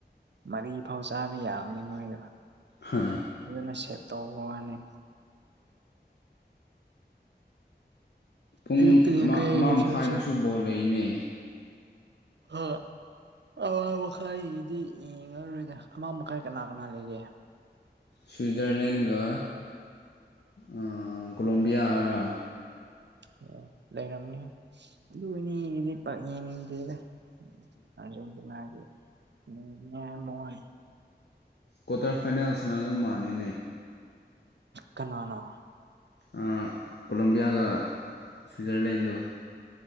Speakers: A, on the right; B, on the left.
A: ꯃꯔꯤ ꯐꯥꯎ ꯆꯥꯕ ꯌꯥꯕꯅꯦ ꯃꯣꯢꯗꯣ
B: ꯍꯥ
A: ꯐꯖꯅ ꯁꯦꯞ ꯇꯧꯕ ꯋꯥꯅꯦ
B: ꯄꯨꯡ
A: ꯑꯌꯨꯛꯇꯗꯤ
B: ꯑꯃ
A: ꯀꯩ
B: ꯑꯃ ꯃꯈꯥꯏꯗꯁꯨ
A: ꯁꯦꯞꯁꯦ
B: ꯕꯣꯜ ꯂꯩꯅꯦ
A: ꯍꯣꯢ ꯑꯥꯡ ꯃꯈꯥꯏꯒꯤꯗꯤ ꯌꯦꯡꯉꯔꯣꯏꯗ ꯑꯃꯥ ꯃꯈꯥꯏ ꯀꯅꯥ ꯀꯅꯥ ꯂꯩꯒꯦ
B: ꯁ꯭ꯋꯤꯠꯖꯔꯂꯦꯟꯒ ꯑꯥ ꯀꯣꯂꯣꯕꯤꯌꯥꯔ
A: ꯑꯣ ꯂꯩꯔꯝꯅꯦ ꯑꯗꯨꯅꯤꯗꯤ ꯄꯥꯛ ꯌꯦꯡꯅꯤꯡꯗꯦꯗ ꯑꯔꯖꯦꯟꯇꯤꯅꯒꯤ ꯎꯝ ꯃꯣꯏ ꯃꯣꯢ
B: ꯀꯣꯇꯥꯔ ꯐꯥꯏꯅꯥꯜ ꯁꯟꯅꯗꯧ ꯃꯥꯟꯅꯦ
A: ꯀꯅꯥꯅꯣ
B: ꯑꯥ ꯀꯣꯂꯣꯕꯤꯌꯥꯒ ꯁ꯭ꯋꯤꯖꯔꯂꯦꯟꯗꯣ